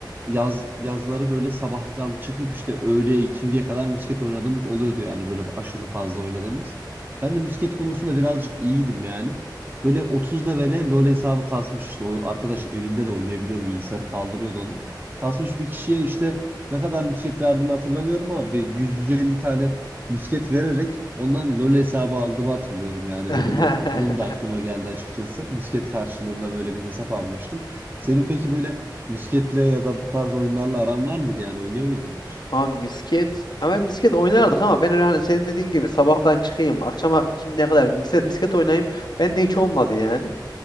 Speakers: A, on the right; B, on the left.
A: yaz yazları böyle sabahtan çıkıp işte öğleye ikindiye kadar misket oynadığımız oluyordu yani böyle aşırı fazla oynadığımız. Ben de misket konusunda birazcık iyiydim yani. Böyle 30 levele LoL hesabı kasmış işte. O arkadaş evinde de oynayabiliyordu. Bilgisayarı kaldırıyordu onun. Kasmış bir kişiye işte ne kadar misket verdiğimi hatırlamıyorum ama bir 100-150 tane misket vererek ondan LoL hesabı aldığımı hatırlıyorum. Yani
B: <laughs>
A: böyle bir anım da aklıma geldi açıkçası. Misket karşılığında böyle bir hesap almıştım. Senin peki böyle misketle ya da bu tarz oyunlarla aran var mıydı yani oynuyor muydun hiç?
B: Abi misket. Ama misket oynardık ama ben öyle hani senin dediğin gibi sabahtan çıkayım akşama 2'ye kadar misket, misket oynayayım. Ben de hiç olmadı yani.